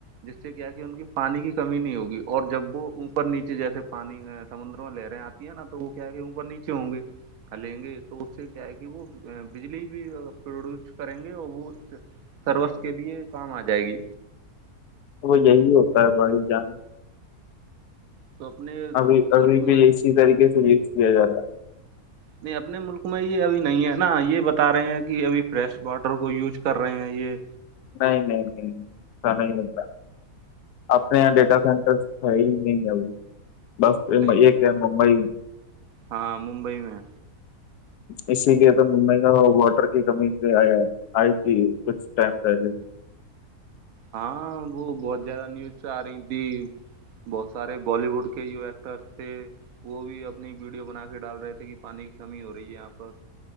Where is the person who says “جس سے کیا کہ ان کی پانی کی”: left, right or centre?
Right